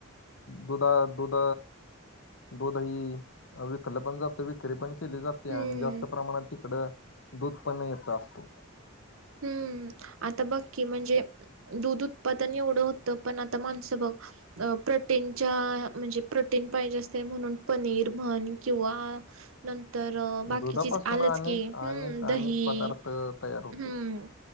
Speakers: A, on the left; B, on the right.
A: दुधा दुध, दु दही. अ विकलं पण जातं. विकरी पण केली जाते.
B: हम्म
A: आणि जास्त प्रमाणात तिकडं, दूध पण येत असतय.
B: हम्म. आता बघ की म्हणजे दूध उत्पादन एवढं होतं. पण, आता माणसं बघ. अ प्रोटीनच्या, म्हणजे प्रोटीन पाहिजे असतय. म्हणून, पनीर म्हन किंवा नंतर
A: दुधापासून
B: बाकी चीज आलंच
A: अनेक
B: की. हम्म.
A: अनेक
B: दही
A: अनेक पदार्थ तयार हो
B: हम्म.